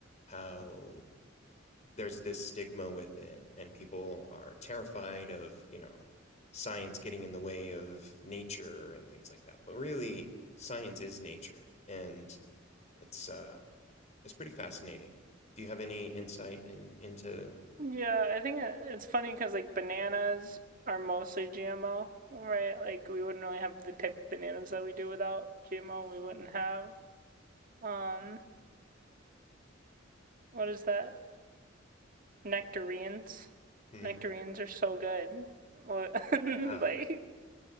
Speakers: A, on the left; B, on the right.
A: how there's this stigma with it and people are terrified of you know science getting in the way of nature and things like that but really science is nature and it's uh it's pretty fascinating do you have any insight in into
B: Yeah, I think it's funny because like bananas are mostly GMO, right? Like we wouldn't really have the type of bananas that we do without GMO. We wouldn't have um what is that? Nectarines.
A: hmm,
B: Nectarines are so good. What <laughs> like
A: uh,